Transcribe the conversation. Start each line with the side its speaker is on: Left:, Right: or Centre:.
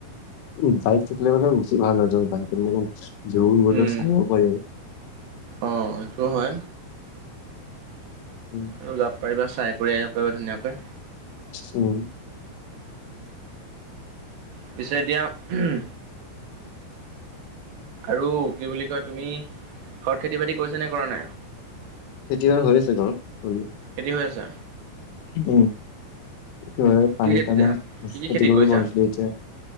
Left: উ বাইক থাকিলে মানে বেছি ভাল হৈ যাব বাইক জোন মাৰিলে
Right: উম
Left: চাব পাৰি আৰু
Right: অঁ সেইটো হয়
Left: উম
Right: আৰু যাব পাৰিবা চাই কৰি আহিব পাৰিবা ধুনীয়াকৈ
Left: উ
Right: পিছে এতিয়া উম আৰু কি বুলি কয় তুমি ঘৰত খেতি বাতি কৰিছা নে কৰা নাই
Left: এতিয়া আৰু হৈ আছে ঘৰত
Right: খেতি হৈ আছে
Left: উম যাই পানী
Right: কি খেতি
Left: কাৰণে
Right: ধান কি
Left: খেতি
Right: কি
Left: কৰিব
Right: কৰিছা
Left: পাহৰিছিলে এতিয়া